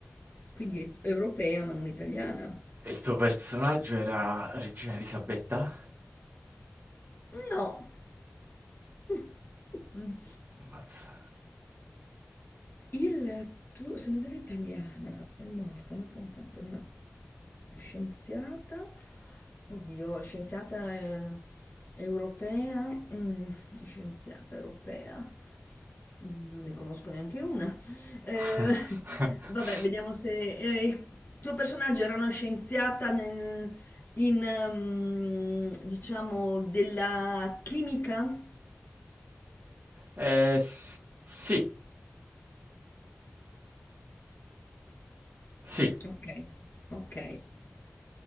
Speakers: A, on the left (about 50°); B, on the right (about 40°).
A: quindi è europea ma non italiana?
B: Il tuo personaggio era Regina Elisabetta?
A: No. <laughs> Mm.
B: Ammazza.
A: Il tuo, se non era italiana, è morta, non cantante, una scienziata, oddio, scienziata eh, europea, mm, scienziata europea, Mm, non ne conosco neanche una. Eh,
B: <laughs>
A: <laughs> vabbè, vediamo se eh, il tuo personaggio era una scienziata nel- in, ehm, diciamo, della chimica.
B: Eh, s- sì, sì.
A: Ok, ok,